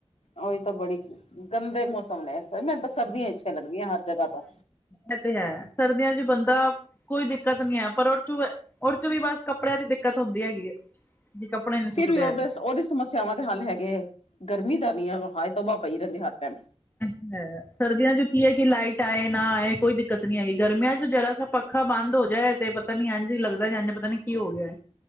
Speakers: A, on the left (about 70°); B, on the left (about 20°).
A: ਉਹੀ ਤਾਂ ਬੜੀ ਗੰਦੇ ਮੌਸਮ ਲੈ ਮੈਨੂੰ ਤਾਂ ਸਰਦੀਆਂ ਅੱਛੀਆਂ ਲੱਗਦੀਆਂ ਹਰ ਜਗਾ ਤੋਂ।
B: ਐ ਤੇ ਹੈ ਸਰਦੀਆਂ ਚ ਬੰਦਾ ਕੋਈ ਦਿੱਕਤ ਨੀ ਹੈ ਪਰ ਉਹ ਚੂ ਏ ਉਹ ਚ ਵੀ ਬਸ ਕੱਪੜਿਆਂ ਦੀ ਦਿੱਕਤ ਹੁੰਦੀ ਹੈਗੀ ਹੈ। ਜੀ ਕੱਪੜੇ ਨੀ ਸੁੱਕਦੇ
A: ਫੇਰ ਵੀ ਉਹਦੇ
B: ਹੈਗੇ ਹੈ
A: ਉਹਦੀ ਸਮੱਸਿਆਵਾਂ ਦੇ ਹੱਲ ਹੈਗੇ, ਗਰਮੀ ਦਾ ਨੀ ਹੈਗਾ ਹਾਏ ਤੋਬਾਹ ਪਈ ਰਹਿੰਦੀ ਆ। ਹਾ ਮ।
B: ਐ ਕੀ ਏ ਸਰਦੀਆਂ ਚ ਕੀ ਹੈ ਕਿ ਲਾਈਟ ਆਏ ਨਾ ਆਏ ਕੋਈ ਦਿੱਕਤ ਨੀ ਹੈਗੀ ਗਰਮੀਆਂ ਚ ਜਰਾ ਸਾ ਪ ਅੱਖਾ ਬੰਦ ਹੋ ਜਾਏ ਤੇ ਪਤਾ ਨੀ ਅੰਝ ਲੱਗਦਾ ਇੰਝ ਪਤਾ ਨੀ ਕੀ ਹੋ ਗਿਆ।